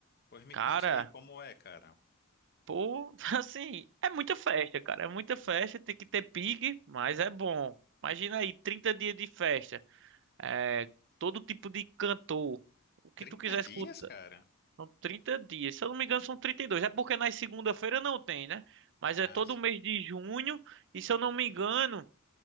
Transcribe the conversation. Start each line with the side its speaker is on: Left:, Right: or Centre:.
Left: Pois me
Right: Cara,
Left: conte aí, como é, cara?
Right: pô, <laughs> assim, é muita festa, cara. É muita festa, tem que ter pique, mas é bom. Imagina aí, 30 dias de festa. É, todo tipo de cantor. O que
Left: Trinta
Right: tu quiser
Left: dias,
Right: escutar.
Left: cara?
Right: São 30 dias. Se eu não me engano, são 32. É porque na segunda-feira não tem, né? Mas
Left: Ah,
Right: é todo
Left: sim.
Right: mês de junho. E se eu não me engano.